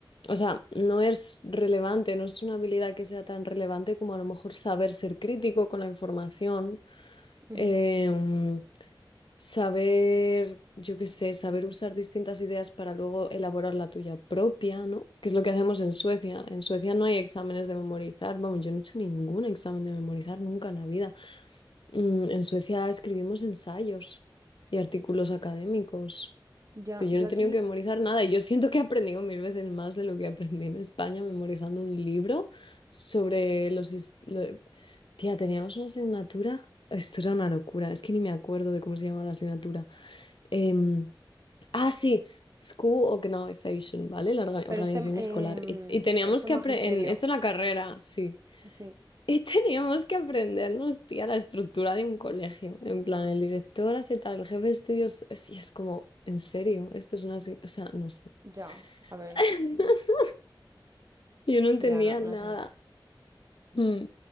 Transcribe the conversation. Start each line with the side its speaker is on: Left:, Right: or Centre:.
Left: O sea, no es relevante, no es una habilidad que sea tan relevante como a lo mejor saber ser crítico con la información,
Right: Ujú.
Left: em, saber, yo qué sé, saber usar distintas ideas para luego elaborar la tuya propia, ¿no? Que es lo que hacemos en Suecia. En Suecia no hay exámenes de memorizar, vamos, yo no he hecho ningún examen de memorizar nunca en la vida. Mm, en Suecia escribimos ensayos y artículos académicos,
Right: Ya,
Left: pero
Right: yo
Left: yo no he
Right: aquí,
Left: tenido que memorizar nada y yo siento que he aprendido mil veces más de lo que aprendí en España memorizando un libro sobre los... his- lo- Tía, teníamos una asignatura. Esto era una locura, es que ni me acuerdo de cómo se llama la asignatura. Em, ah, sí, School Organization, ¿vale? La orga-
Right: pero
Left: organización
Right: este, em,
Left: escolar. Y, y teníamos
Right: esto
Left: que
Right: es magisterio,
Left: aprender... Esto en la carrera, sí.
Right: sí,
Left: Y teníamos que aprendernos, tía, la estructura de un colegio. En plan, el director hace tal, el jefe de estudios. es- Y es como, en serio, esto es una. se- O sea, no sé.
Right: ya, a ver,
Left: <laughs>
Right: no,
Left: Yo no entendía
Right: ya, no, no
Left: nada.
Right: sé,
Left: Mm,